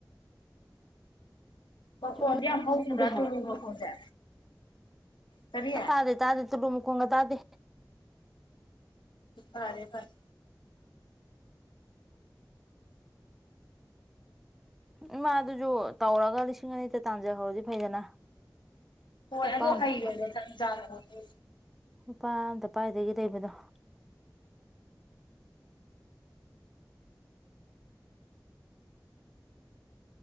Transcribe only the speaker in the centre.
ꯆꯨꯝꯃꯦ
ꯈꯪꯗꯦ ꯍꯥꯏꯕ
ꯇꯥꯗꯦ ꯇꯥꯗꯦ <unintelligible> ꯀꯣꯡꯒ ꯇꯥꯗꯦ
ꯏꯃꯥ ꯑꯗꯨꯁꯨ ꯇꯧꯔꯒ ꯂꯤꯁꯤꯡ ꯑꯅꯤꯗ ꯇꯥꯟꯖꯈꯧꯔꯗꯤ ꯐꯩꯗꯅ
ꯂꯨꯄꯥ
ꯑꯝꯇ
ꯅꯨꯄꯥ ꯑꯝꯇ ꯄꯥꯏꯗꯒꯤ ꯂꯩꯕꯅꯣ